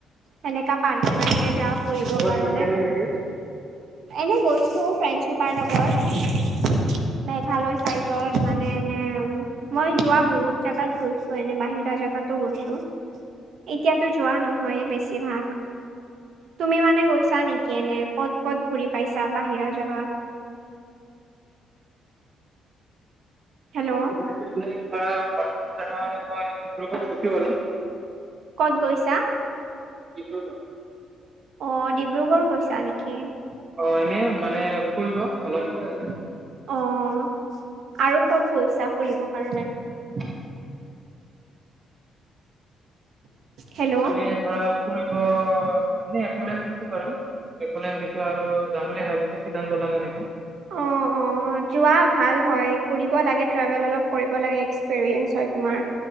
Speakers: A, on the right; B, on the right.
A: সেনেকা পাৰ্কে পাৰ্কে যাওঁ ফুৰিব
B: ক'ৰবাত
A: কাৰণে।
B: গৈছা নে এনেকে
A: এনে গৈছো ফ্ৰেণ্ডচ সোপাৰ লগত। মেঘালয় চাইডত মানে এনে মই যোৱা বহুত জাগাত গৈছো, এনে বাহিৰা জেগাতো গৈছো। এতিয়াতো যোৱা নহয়েই বেছিভাগ। তুমি মানে গৈছা নেকি এনে, ক'ত ক'ত ঘুৰি পাইছা বাহিৰা জেগাত? হেল্ল'
B: <unintelligible> ধৰা বাহিৰা জাগা মানে মই ডিব্ৰুগড় গৈছো বাৰু।
A: ক'ত গৈছা?
B: ডিব্ৰুগড়।
A: অ, ডিব্ৰুগড় কৈছা নেকি?
B: অ, এনেও মানে ফুৰিব <unintelligible>
A: অ', আৰু ক'ত গৈছা, ফুৰিব কাৰণে?
B: <inaudible>
A: হেল্ল'
B: এনেই ধৰা ফুৰিব, এনেই এক'লেণ্ড গৈছো বাৰু এক'লেণ্ড গৈছো আৰু যাম বুলি ভাবিছো চিলং জলং এনেকে
A: অ অ, যোৱা ভাল হয়, ঘুৰিব লাগে ট্ৰেভেল অলপ কৰিব লাগে, এক্সপেৰিয়েঞ্চ হয় তোমাৰ।